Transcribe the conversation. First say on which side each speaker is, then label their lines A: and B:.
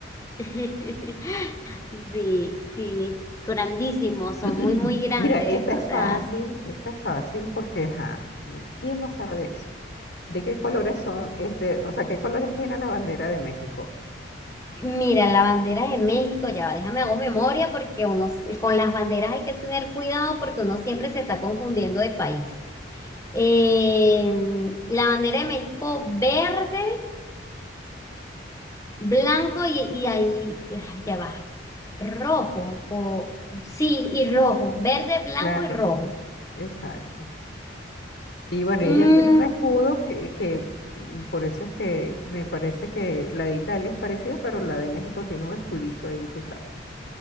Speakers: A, on the left (about 15°); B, on the left (about 55°).
A: <laughs> Sí, sí. Grandísimos, son
B: <clears throat>
A: muy, muy grandes.
B: Mira, esta
A: O
B: es
A: sea,
B: fácil, esta es fácil porque, ajá, no- ¿quién no sabe eso? ¿De qué colores son, este, o sea, qué colores tiene la bandera de México?
A: mira, la bandera de México, ya va, déjame hago memoria porque uno, con las banderas hay que tener cuidado porque uno siempre se está confundiendo de país. Eh, la bandera de México verde, blanco y, y ahí ah, ya va, rojo, o sí, y rojo, verde, blanco
B: Claro,
A: y rojo.
B: exacto. Y bueno,
A: Mm,
B: y ella tiene un escudo que, que mm, por eso es que me parece que la de Italia es parecida, pero la de México tiene un escudito ahí, tú sabes.